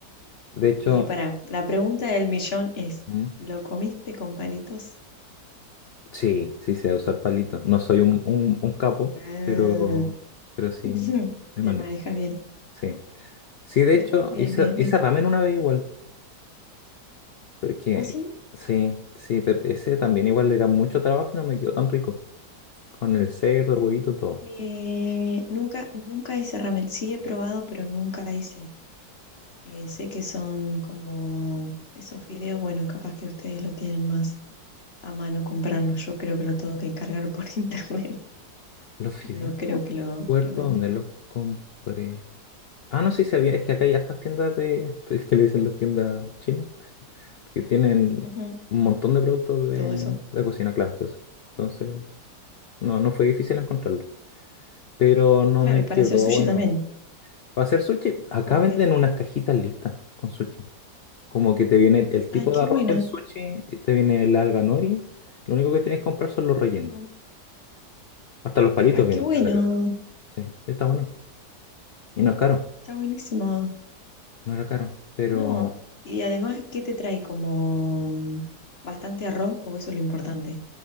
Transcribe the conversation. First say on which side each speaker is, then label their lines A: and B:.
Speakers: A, on the left; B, on the left.
A: De hecho,
B: Y para, la pregunta del millón es,
A: ¿Mm?
B: ¿lo comiste con palitos?
A: sí, sí sé usar palitos. No soy un, un- un capo,
B: Ah,
A: pero, pero sí
B: <laughs>
A: me
B: te
A: manejo.
B: manejas bien.
A: Sí. Sí, de
B: Bien,
A: hecho,
B: bien,
A: hice,
B: bien, bien.
A: hice ramen una vez igual. Porque
B: ¿Ah, sí?
A: sí, sí, pero ese también igual era mucho trabajo y no me quedó tan rico. Con el cerdo, el huevito, todo.
B: Eh, nunca, nunca hice ramen. Sí he probado, pero nunca hice. Eh, sé que son como esos fideos, bueno, capaz que ustedes lo tienen más a mano comprarlo. Yo creo que lo tengo que encargar por <laughs> internet.
A: Los fideos,
B: No creo
A: no
B: que lo,
A: recuerdo
B: que lo vendan
A: dónde
B: acá.
A: los compré. Ah, no sé si sabía, es que acá hay estas tiendas de, <laughs> es que le dicen las tiendas chinas, que tienen
B: Ujú,
A: un montón de productos de,
B: Todo eso.
A: de cocina, claro, de eso. Entonces, no, no fue difícil encontrarlo. Pero no
B: Claro,
A: me
B: y para
A: quedó
B: hacer sushi
A: bueno.
B: también.
A: Para hacer sushi, acá
B: ¿Por
A: venden
B: qué?
A: unas cajitas listas con sushi. Como que te viene el el tipo
B: Ay, qué
A: de arroz
B: buena.
A: del sushi, y te viene el alga nori. Lo único que tienes que comprar son los rellenos.
B: Ujú.
A: Hasta los palitos
B: Ay,
A: vienen
B: qué bueno.
A: en la caja. Sí, está bueno. Y no es caro.
B: Está buenísimo.
A: No era caro, pero
B: No, y además, ¿qué te trae? Como mm, bastante arroz, porque eso es lo importante.